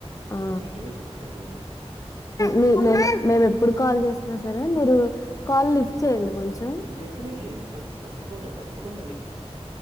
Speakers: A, on the left (about 30°); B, on the right (about 80°).
A: ఆ ఆ
B: డెఫినెట్‌గా చెప్తానండి.
A: మీ మేము మేము ఎప్పుడు కాల్ చేస్ ఆ సరే మీరు కాల్ లిఫ్ట్ చెయ్యండి కొంచెం
B: డెఫినెట్‌గా అండి. స తప్పకుండా తప్పకుండా లిఫ్ట్ చేస్తా